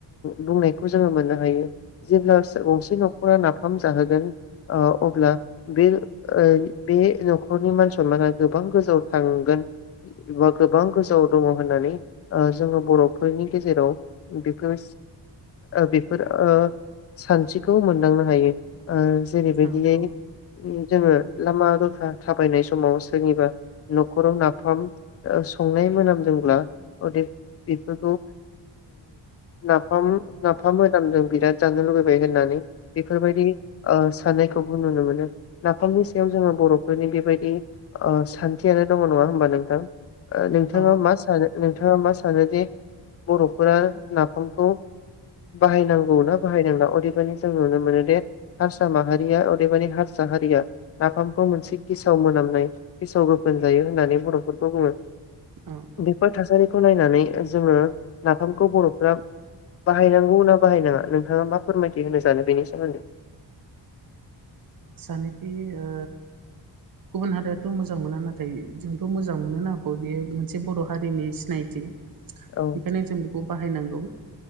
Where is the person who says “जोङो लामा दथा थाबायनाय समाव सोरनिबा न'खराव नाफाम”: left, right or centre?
Left